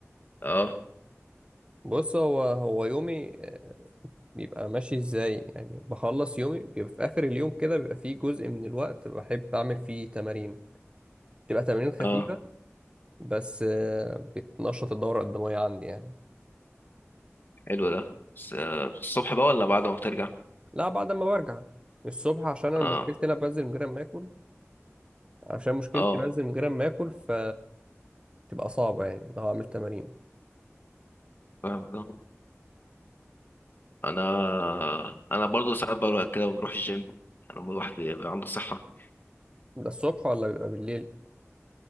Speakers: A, on the left; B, on the right.
A: اه
B: بص هو هو يومي آه، بيبقى ماشي ازاي يعني بخلص يومي بيبقى في اخر اليوم كده بيبقى فيه جزء من الوقت بحب اعمل فيه تمارين تبقى تمارين خفيفة
A: اه
B: بس آه، بتنشط الدورة الدموية عندي يعني
A: حلو ده بس آه، الصبح بقى ولا بعد ما بترجع
B: لا بعد ما برجع الصبح عشان انا
A: اه
B: مشكلتي انا بنزل من غير ما اكل عشان مشكلتي
A: اه
B: بنزل من غير ما اكل ف تبقى صعبة يعني لو هعمل تمارين
A: فاهم ده انا انا برضو ساعات بروح كده بروح الجيم لما الواحد بيبقى عنده صحة
B: ده الصبح ولا بيبقى بالليل